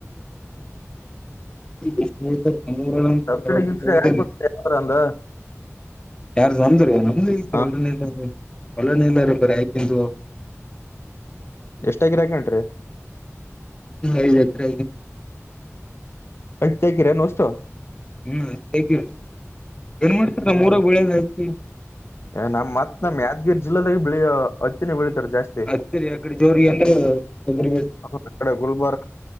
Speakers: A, on the left (about 15°); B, on the left (about 55°).
A: ಎಷ್ಟು ಹೇಳ್ತಾರೆ ನರ
B: ಸಬ್ಸಿಡಿ
A: ಕೆಲೊಬ್ರು
B: ಗಿಬ್ಸಿಡಿ
A: ಹೋದೇನೆ
B: ಯಾಕ್ ಗೊತ್ತ ಅಂದ
A: ಯಾರು ನಂದ್ರ ನಮ್ದ ಇ
B: ಹಾ
A: ಒಳ್ಳನ ಒಲ ನೀಲ್ಲ ರ ಬರ ಆಯಕಂದು
B: ಎಷ್ಟಾಗಿಿರಾಕ ನಂಟ್ರಿ
A: ಇ ದಖರ
B: ಯ್ತ ಆಕಿರನು ಅಷ್ಟು
A: ಹ್ಮ್ ಹೇತ ಏನ್ ಮಾಡ್ತರ ಮೂರಾಗ ಬೆಳದ ಹತಿ
B: ನಮ್ಮ್ ಮತ್ತ್ ನಮ್ಮ್ ಯಾದಗಿರಿ ಜಿಲ್ಲದಾಗ ಬೆಳಿ ಹತ್ತಿನ ಬೆಳಿತಾರೆ ಜಾಸ್ತಿ
A: ಹತ್ತಿರಿ ಆ ಕಡೆ ಜೋರಿಗೆ ನಮ್ ಕಡೆ ಹ್ಮ್ ತೊಗ್ರಿ
B: ಆ ಕಡೆ ಗುಲ್ಬರ್ಗ